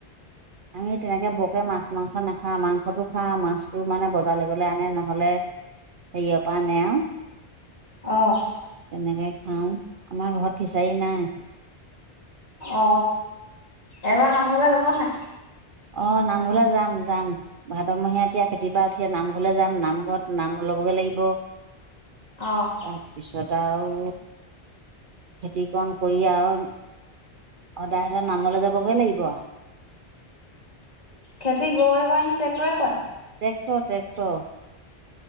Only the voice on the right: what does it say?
আমি, তেনেকে বৰকে মাছ মাংস নাখাওঁ। মাংসটো খাওঁ, মাছটো মানে বজাৰলে গ'লে আনে নহ'লে। সেই <unintelligible> নেওঁ।
তেনেকে খাওঁ, আমাৰ ঘৰত ফিচাৰী নাই।
অ', নামঘৰলৈ যাম, যাম। ভাদমহীয়া এতিয়া খেতি <unintelligible> নামঘৰলৈ যাম, নামঘৰত নাম। লাগিব
তাৰপিছত, আৰু খেতিকণ। <unintelligible> সদায় ধৰ, নামলৈ যাবগৈ লাগিব।
ট্ৰক্টৰ-ট্ৰেক্টৰ।